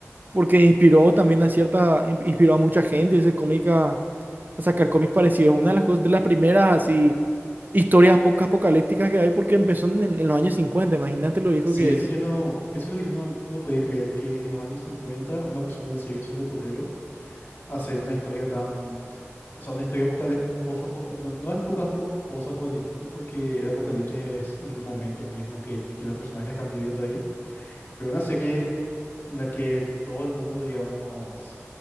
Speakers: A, on the right; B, on the left.
A: Porque inspiró también a cierta, in- inspiró a mucha gente ese cómic a, a sacar cómics parecidos. Una de las cosas, de las primeras así historias poco apocalípticas que hay porque empezó en, el- en los años cincuenta imagínate lo viejo
B: Sí,
A: que
B: eso
A: es.
B: yo no, eso es lo que yo no, no podía creer, que en los años 50 una persona en serio se le ocurrió hacer una historia tan, o sea, una historia apocalíptica, no, no es poca- po- post-apocalíptico porque el apocalipsis es en el momento mismo que, que los personajes están viviendo ahí, Pero una serie en la que todo el mundo, digamos,